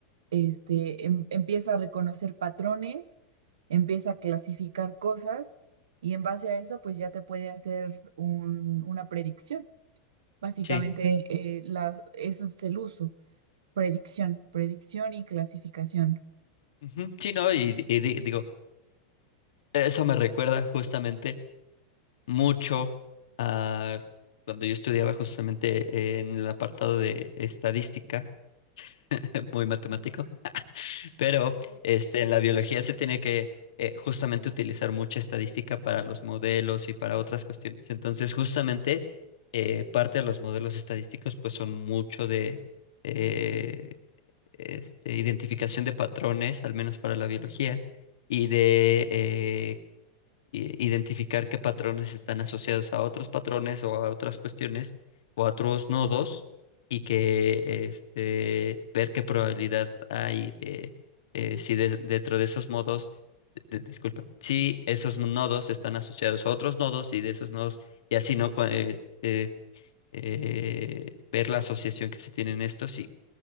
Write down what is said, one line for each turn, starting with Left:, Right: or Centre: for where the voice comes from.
Right: este, em- empieza a reconocer patrones, empieza a clasificar cosas y en base a eso, pues ya te puede hacer un- una predicción. Básicamente,
Left: Sí,
Right: Sí. eh, las- eso es el uso, predicción, predicción y clasificación.
Left: ujú, sí, no, y, y di- digo, eso me recuerda justamente mucho a cuando yo estudiaba justamente en el apartado de estadística, <laughs> muy matemático, pero este, en la biología se tiene que eh, justamente utilizar mucha estadística para los modelos y para otras cuestiones. Entonces, justamente eh, parte de los modelos estadísticos pues son mucho de... eh, este, identificación de patrones, al menos para la biología, y de eh, i- identificar qué patrones están asociados a otros patrones o a otras cuestiones o a otros nodos y que este, ver qué probabilidad hay de eh, si de- dentro de esos modos, de- de- disculpa, si esos nodos están asociados a otros nodos y de esos nodos, y así, ¿no? Cu- eh, eh, eh, ver la asociación que se tienen estos